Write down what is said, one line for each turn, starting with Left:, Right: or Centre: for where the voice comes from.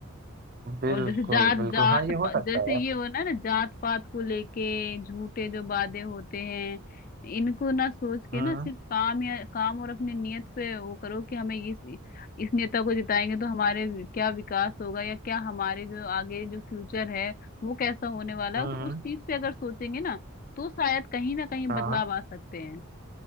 Right: बिल्कुल
Left: और जैसे जात
Right: बिल्कुल
Left: जात
Right: हाँ ये
Left: प-
Right: हो सकता
Left: जैसे
Right: है
Left: ये हो ना ना जात पात को लेके झूठे जो वादे होते हैं इनको ना सोच के
Right: हम्म
Left: ना सिर्फ काम या काम और अपनी नियत पे वो करो कि हमें इस इस नेता को जिताएंगे तो हमारे क्या विकास होगा या क्या हमारे जो आगे जो फ्यूचर है वो कैसा होने वाला
Right: हम्म
Left: है तो उस चीज पे अगर सोचेंगे ना तो शायद कहीं ना कहीं
Right: हाँ
Left: बदलाव आ सकते हैं